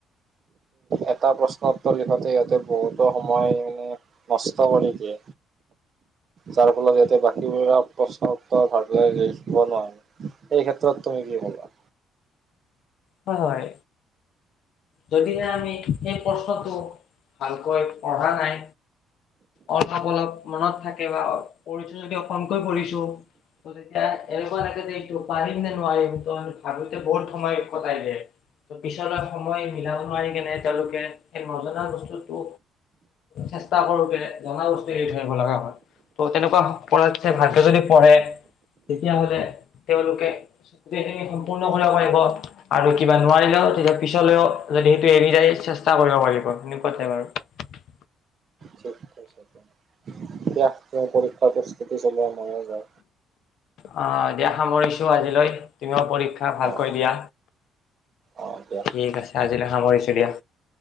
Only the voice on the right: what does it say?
এটা প্ৰশ্ন উত্তৰ দিশতে সিহঁতে বহুতো সময় নষ্ট কৰি দিয়ে, যাৰ ফলত ইয়াতে বাকীবোৰ প্ৰশ্ন উত্তৰ ভাল কে লিখিব নোৱাৰে। এই ক্ষেত্ৰত তুমি কি ক'বা।
ঠিক কৈছা তুমি। দিয়া, তেওঁ পৰীক্ষা কৰিছে চিটি চলোৱা মইয়ো যাওঁ।
অ',
অ', দিয়া